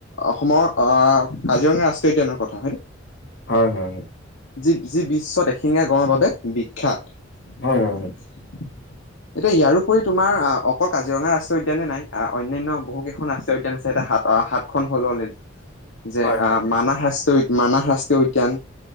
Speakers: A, on the left; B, on the left.
A: অসমৰ আহ কাজিৰঙা ৰা উদ্যানৰ কথা হয় ন?
B: হয়-হয়।
A: যি যি বিশ্বত এইখিনি আগবঢ়োৱাৰ বাৱে বিখ্যাত। এতিয়া
B: হয় হয়
A: ইয়াৰো ৰি তোমাৰ অকল কাজিৰঙা ৰাষ্ট্ৰীয় উদ্যানে নাই অন্যান্য বহুকেইখন ৰাষ্ট্ৰীয় উদ্যান আছে এতিয়া সাতখন হল অলৰেডি যে
B: হয়। হয়
A: আহ মানস শাস্ত্ৰীয় উদ্যান